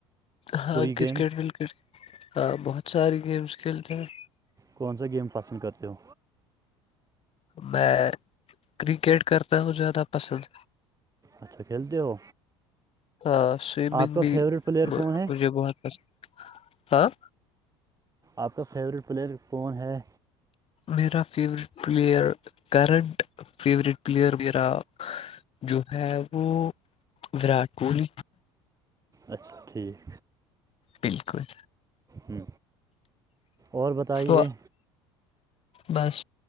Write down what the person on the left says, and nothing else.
ہاں
کرکٹ وکٹ ہاں بہت سارے گیمس کھیلتے ہیں
میں کرکٹ کرتا ہوں زیادہ پسند
ہاں سوئمنگ
بھی
مجھے بہت پسند ہاں
میرا favourite player current favourite player میرا جو ہے وہ وراٹ کوہلی
بالکل
تو بس